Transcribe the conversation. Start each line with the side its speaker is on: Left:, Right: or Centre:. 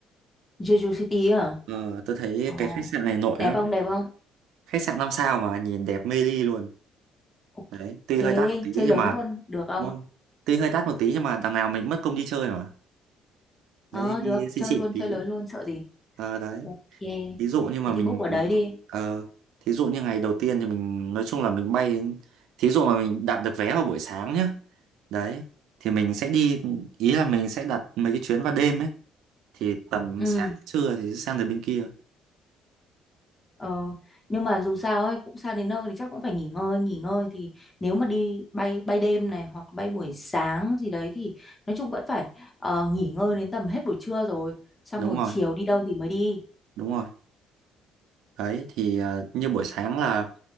Left: Jeju City à?
Right: Ờ, tôi thấy
Left: Ồ,
Right: cái khách sạn này nổi
Left: đẹp
Right: lắm
Left: không, đẹp không?
Right: khách sạn 5 sao mà nhìn đẹp mê ly luôn
Left: Ok,
Right: đấy tuy hơi đắt một tí
Left: chơi
Right: nhưng
Left: lớn
Right: mà
Left: luôn, được ừ. không?
Right: đúng không? tuy hơi đắt một tí nhưng mà đằng nào mình cũng mất công đi chơi mà
Left: Ờ,
Right: đấy thì đi
Left: được,
Right: xịn
Left: chơi
Right: xịn
Left: luôn,
Right: một tí
Left: chơi lớn luôn, sợ gì?
Right: Ờ, đấy
Left: Ok,
Right: ví dụ như mà
Left: thế thì
Right: mình
Left: book ở đấy đi.
Right: ờ, thí dụ như ngày đầu tiên thì mình nói chung là mình bay đến- thí dụ mà mình đặt được vé vào buổi sáng nhá đấy thì mình sẽ đi ý là mình sẽ đặt mấy cái chuyến vào đêm ấy thì tầm
Left: Ừ,
Right: sáng trưa thì sẽ sang đến bên kia
Left: ờ, nhưng mà dù sao ấy, cũng sang đến nơi thì chắc cũng phải nghỉ ngơi, nghỉ ngơi thì nếu mà đi bay bay đêm này hoặc bay buổi sáng gì đấy thì nói chung vẫn phải ờ, nghỉ ngơi đến tầm hết buổi trưa rồi, xong
Right: đúng
Left: rồi
Right: rồi
Left: chiều đi đâu thì mới đi.
Right: đúng rồi đấy thì ờ, như buổi sáng là